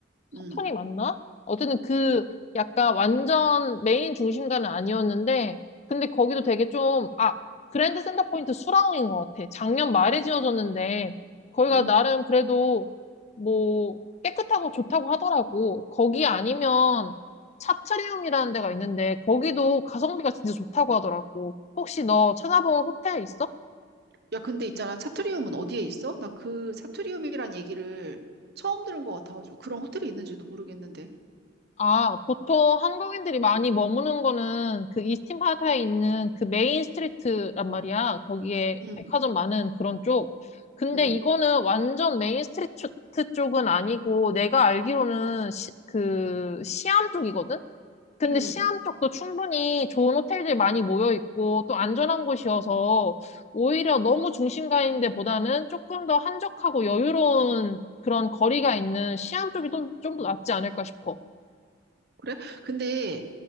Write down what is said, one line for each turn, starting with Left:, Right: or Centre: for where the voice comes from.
Left: 사톤이
Right: 응,
Left: 맞나? 어쨌든 그
Right: 응,
Left: 약간 완전 메인 중심가는 아니었는데, 근데 거기도 되게 좀, 아, 그랜드 센터포인트 수라웅인 것 같아. 작년 말에
Right: 응.
Left: 지어졌는데, 거기가
Right: 응.
Left: 나름 그래도 뭐 깨끗하고 좋다고 하더라고. 거기 아니면 차트리움이라는 데가 있는데, 거기도 가성비가 진짜 좋다고 하더라고. 혹시 너 찾아본 호텔 있어?
Right: 야, 근데 있잖아. 차트리움은 어디에 있어? 나 그 차트리움이란 얘기를 처음 들은 것 같아가지고 그런 호텔이 있는지도 모르겠는데.
Left: 아, 보통 한국인들이 많이 머무는 거는 그 이스틴 파타에 있는 그 메인 스트리트란 말이야. 거기에
Right: 응,
Left: 백화점 많은 그런 쪽. 근데
Right: 응,
Left: 이거는 완전 메인 스트리트 쪽은 아니고 내가 알기로는 시, 그 시암 쪽이거든? 근데
Right: 응.
Left: 시암 쪽도 충분히 좋은 호텔들이 많이 모여 있고 또 안전한 곳이어서 오히려 너무 중심가인 데보다는 조금 더 한적하고 여유로운 그런 거리가 있는 시암 쪽이 좀, 좀더 낫지 않을까 싶어.
Right: 그래? 근데